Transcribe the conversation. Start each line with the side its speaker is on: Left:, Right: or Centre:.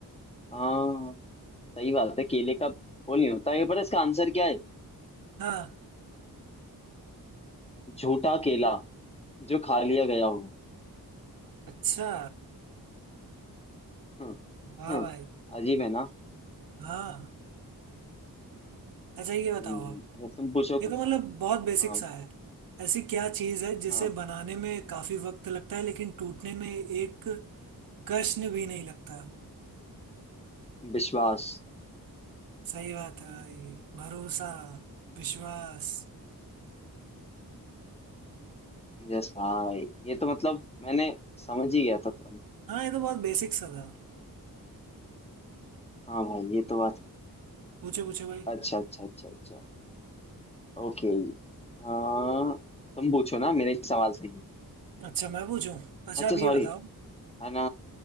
Left: हाँ सही बात है केले का वो नहीं होता है पर इसका आंसर क्या है
Right: हाँ
Left: झूठा केला जो खा लिया गया हो
Right: अच्छा
Left: हम्म
Right: हाँ
Left: हम्म
Right: भाई
Left: अजीब है ना
Right: हाँ अच्छा ये बताओ
Left: हम्म
Right: आप
Left: अगर तुम पूछो
Right: देखो
Left: कुछ
Right: मतलब बहुत बेसिक
Left: हाँ
Right: सा है ऐसी क्या चीज़ है जिसे
Left: हाँ
Right: बनाने में काफी वक्त लगता है लेकिन टूटने में एक कष्ण भी नहीं लगता
Left: विश्वास
Right: सही बात है भाई भरोसा विश्वास
Left: यस भाई ये तो मतलब मैंने समझ ही गया था तुरंत
Right: हाँ ये तो बहुत बेसिक सा था
Left: हाँ भाई ये तो बात है
Right: पूछो पूछो भाई
Left: अच्छा अच्छा अच्छा अच्छा ओके आ, तुम पूछो ना मेरे सवाल से ही
Right: अच्छा मैं पूछूं अच्छा
Left: अच्छा
Right: आप
Left: सॉरी
Right: ये बताओ
Left: है ना